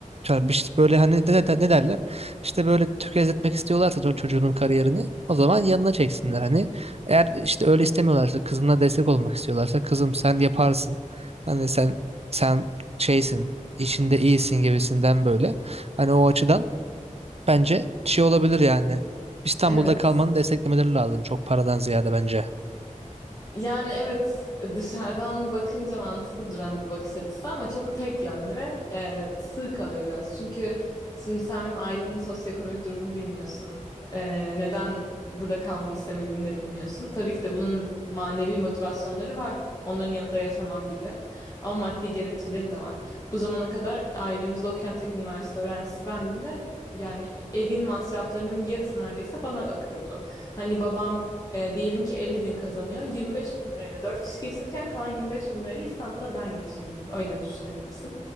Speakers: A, on the right (about 50°); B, on the left (about 25°).
A: yani bir şey- böyle hani de, de- ne derler? İşte böyle tökezletmek istiyorlarsa ço- çocuğunun kariyerini o zaman yanına çeksinler hani. Eğer işte öyle istemiyorlarsa kızına destek olmak istiyorlarsa kızım sen yaparsın. Hani sen sen şeysin, işinde iyisin gibisinden böyle. Hani o açıdan bence şey olabilir yani.
B: <laughs>
A: İstanbul'da
B: Evet.
A: kalmanı desteklemeleri lazım. Çok paradan ziyade bence.
B: Yani evet dışarıdan bakınca mantıklı duran bir bakış açısı ama çok tek yönlü ve e, sığ kalıyor biraz. Çünkü şimdi sen benim ailemin sosyoekonomik durumunu bilmiyorsun. E, neden burada kalmamı istemediğini de bilmiyorsun. Tabii ki de bunun manevi motivasyonları var. Onların yanında yaşamam gibi. Ama maddi gerekçeleri de var. Bu zamana kadar ailemizde okuyan tek üniversite öğrencisi bendim ve yani evin masraflarının yarısı neredeyse bana akıyordu. Hani babam e, diyelim ki elli bin kazanıyor. yirmi beş bin lirayla 4 kişi geçinirken kalan yirmi beş bin lirayla İstanbul'a ben geçiniyordum. Öyle düşünebilirsin.